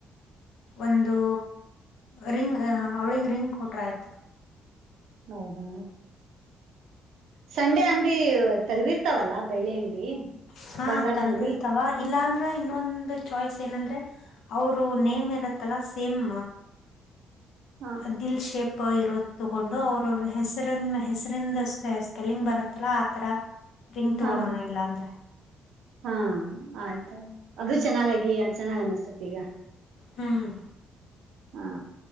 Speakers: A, on the left (about 75°); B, on the right (about 80°).
A: ಒಂದು ರಿಂಗ್ ಅವಳಗ್ ರಿಂಗ್ ಕೊಟ್ರ ಆಯ್ತು.
B: ಹೌದಾ ಸಂಡೆ ಅಂಗಡಿ ತೆಗ್ದಿರ್ತಾವಲ್ಲಾ ಬೆಳ್ಳಿ ಅಂಗಡಿ.
A: ಹಾ
B: ಬಂಗಾರದ
A: ತಗ್ದಿಿಸ್ತಾವ
B: ಅಂಗಡಿ
A: ಇಲ್ಲ ಅಂದ. ಇನ್ನೊಂದು ಚಾಯ್ಸ್ ಏನಂದ್ರೆ ಅವರು ನೇಮ್ ಇರುತ್ತಲ್ಲಾ ಸೇಮ್.
B: ಹಾ
A: ಆದದಿಲ್ ಶೇಪ್. ಇರೋ ತಗೊಂಡು ಅವ್ರ ಹೆಸರಿ ಹೆಸರಿಂದ ಸ್ಪೆಲ್ಲಿಂಗ್ ಬರುತ್ತಲ್ಲಾ ಆತರ. ರಿಂಗ್
B: ಹಾ
A: ತಗೊಳೋಣ
B: ಹಾ
A: ಇಲ್ಲಾಂದ್ರೆ
B: ಹಾ ಆಯ್ತು. ಅದು ಚೆನ್ನಾಗಾಗಿ ಚೆನ್ನಾಗ್ ಅನಸ್ತತಿ ಈಗ.
A: ಹ್ಮ್.
B: ಹಾ.